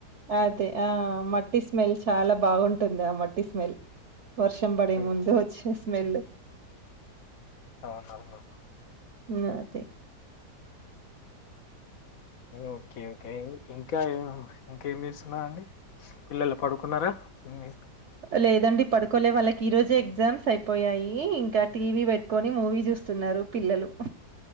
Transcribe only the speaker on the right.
అదతే ఆ మట్టి స్మెల్ చాలా బాగుంటుంది ఆ మట్టి స్మెల్ వర్షం పడి
ముందు వచ్చి స్మెల్
నాద
లేదండి పడుకోలే వాళ్ళకి ఈ రోజే ఎగ్జామ్స్ అయిపోయాయి ఇంకా టీవీ పెట్టుకొని మూవీ చూస్తున్నారు పిల్లలు